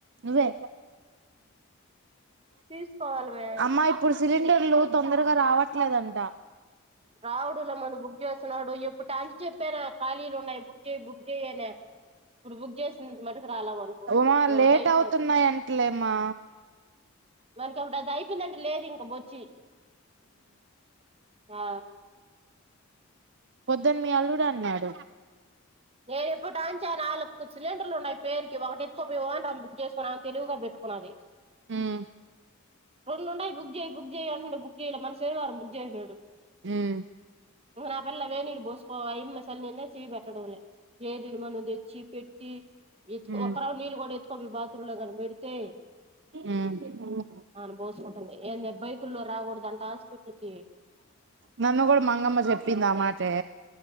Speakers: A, on the right; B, on the right.
A: నువ్వే
B: తీసుకోవాలి మే
A: అమ్మా ఇప్పుడు సిలిండర్లు తొందరగా రావట్లేదంట
B: రావుడంలే మనం బుకె చేసినాడ్ ఎప్పుటి కంచి చెప్పారా ఖాళీలు ఉన్నాయ్ బుక్ చేయ్ బుక్ చే య్ అన ఇప్పుడు బుక్ చేసింది ఇప్పటి మట్టుకు రాలా మనకు
A: ఉమా
B: మనకు
A: లేట్
B: అయిపోద్దు
A: అవుతున్నాయం ట్లేమా
B: మనకి అప్పుడు అది అయిపోయిందంటే లేదు ఇంక బొచ్చి ఆ
A: పొద్దున్న మీ అల్లుడు అన్నాడు
B: నేను ఎప్పుడు అంచా నాలుగు సిలిండర్లు ఉన్నాయ్ పేరుకి ఒకటి ఓంటం చేసుకు తెలువుగా పెట్టుకునాలి
A: హుమ్
B: రెండు ఉండయ్ బుక్ చేయ్యి బుక్ చెయ్యి అంటంటే బుక్ చెయలే మొన్న శనివారం బుక్ చేసాడు
A: ఉమ్
B: నా పిల్ల వేడి నీళ్లు పోసుకో అ యమ్మ చలి నీళ్లు అయి చెయ్యి పెట్టడంలే చేదీలు మనం తెచ్చి పెట్టి ఎత్
A: ఉమ్
B: ఒకరౌడ్ నీళ్ళు కూడా ఎత్తుకో బాత్రూమ్ లో కని పెడితే
A: ఉమ్
B: అవును పోసుకుంటుంది ఏ బైకుల్లో రాకూడదు అంట హాస్పిటల్ కి
A: మొన్న కూడా మంగమ్మ చెప్పింది అమాటే